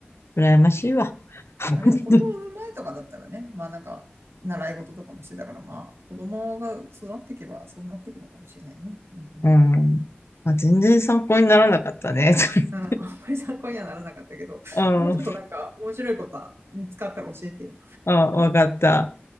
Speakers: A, on the left; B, on the right.
A: 羨ましいわ。<laughs>
B: まあ、でも子供を産む前とかだったらね、まあなんか習い事とかもしてたからまあ子供が育っていけばそうなっていくのかもしれないね。うんうん。
A: うん。まあ、全然参考にならなかったね。<laughs>
B: うん、あんまり参考にはならなかったけど、
A: うん。
B: もうちょっとなんか面白いことは見つかったら教えてよ。
A: あ、わかった。